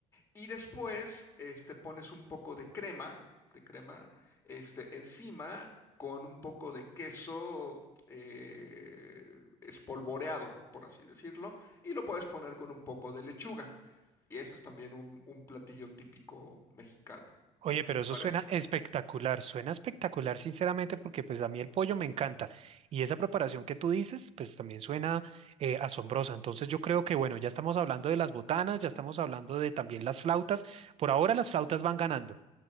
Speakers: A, on the left; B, on the right.
A: Y después, este, pones un poco de crema, de crema, este, encima con un poco de queso eh, espolvoreado, por así decirlo, y lo puedes poner con un poco de lechuga. Y eso es también un, un platillo típico mexicano.
B: Oye, pero
A: ¿Qué te
B: eso
A: parece?
B: suena espectacular, suena espectacular, sinceramente, porque pues a mí el pollo me encanta. Y esa preparación que tú dices, pues también suena eh, asombrosa. Entonces yo creo que, bueno, ya estamos hablando de las botanas, ya estamos hablando de también las flautas. Por ahora las flautas van ganando.